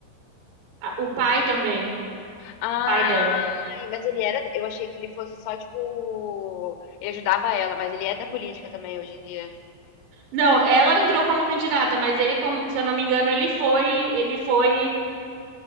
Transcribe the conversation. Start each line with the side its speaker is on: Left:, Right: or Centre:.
Right: a- o pai também,
Left: Ai,
Right: o pai dela.
Left: mas ele era. Eu achei que ele fosse só, tipo. Ele ajudava ela, mas ele é da política também hoje em dia.
Right: Não, ela entrou como candidata, mas ele, como- se eu não me engano, ele foi, ele foi,